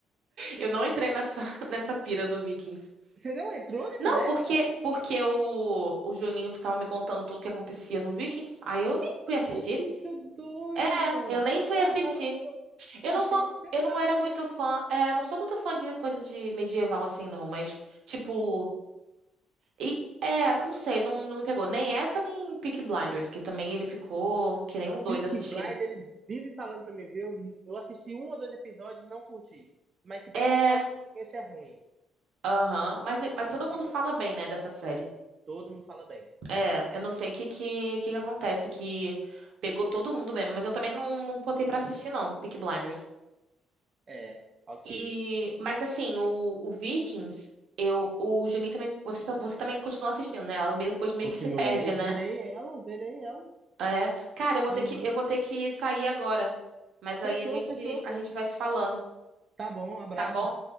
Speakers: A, on the right (about 75°); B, on the right (about 40°).
A: Eu não entrei nessa, <laughs> nessa pira do Vikings.
B: Você não entrou naquela
A: Não,
B: época?
A: porque porque o, o Juninho ficava me contando tudo o que acontecia no Vikings. Aí eu nem fui
B: Ah,
A: assistir.
B: que bicho doido,
A: É,
B: mano.
A: eu nem
B: Eu,
A: fui
B: eu
A: assistir.
B: achava que eu,
A: Eu
B: achei
A: não sou,
B: que você
A: eu não
B: tava
A: era
B: também.
A: muito fã, é, não sou muito fã de coisa de medieval assim não, mas tipo, e, é, não sei, não, não me pegou nem essa nem Peaky Blinders, que também ele ficou que nem um doido
B: Peaky
A: assistindo.
B: Blind, ele vive falando pra mim ver. Eu, eu assisti um ou dois episódios e não curti. Mas se bem
A: É,
B: que ele fala que o começo é ruim,
A: aham, mas
B: depois
A: mas todo
B: que
A: mundo
B: fica
A: fala
B: bom.
A: bem, né, dessa série.
B: Todo mundo fala bem.
A: É,
B: Todo mundo fala...
A: eu não sei o que, que, que que acontece, que pegou todo mundo mesmo, mas eu também não, não botei pra assistir, não, Peaky Blinders.
B: É, ok.
A: E, mas assim, o, o Vikings, eu, o Juninho também, você, você também continua assistindo, né? Ela me- depois meio
B: Continuei,
A: que se perde, né?
B: verei ela, verei ela.
A: É. Cara, eu vou
B: Aham.
A: ter que, eu vou ter que sair agora. Mas aí
B: Fechou,
A: a gente,
B: fechou.
A: a gente vai se falando,
B: Tá bom, um abraço.
A: tá bom?